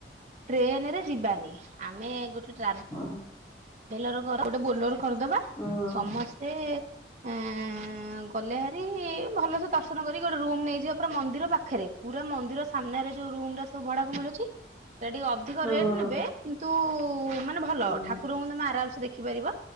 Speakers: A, on the right; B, on the left.
A: ଟ୍ରେନରେ ଯିବାନି, ଆମେ ଗୋଟେ ଟ୍ରା
B: ହଁ।
A: ଭେଲର ଗୋଟେ ବୋଲର କରିଦବା,
B: ହୁଁ
A: ସମସ୍ତେ ଏଁ ଗଲେ ହାରି ଭଲସେ ଦର୍ଶନ କରିକି ଗୋଟେ ରୁମ୍ ନେଇଯିବା ପୁରା ମନ୍ଦିର ପାଖେରେ, ପୁରା ମନ୍ଦିର ସାମ୍ନାରେ ଯୋଉ ରୁମ୍ ରା ସବୁ ଭଡାକୁ ମିଳୁଚି ସେ ଟିକେ ଅଧିକ
B: ହୁଁ
A: ରେଟ୍ ନେବେ କିନ୍ତୁ ମାନେ ଭଲ,
B: ହୁଁ
A: ଠା ତମେ ଆରାମସେ ଦେଖିପାରିବ,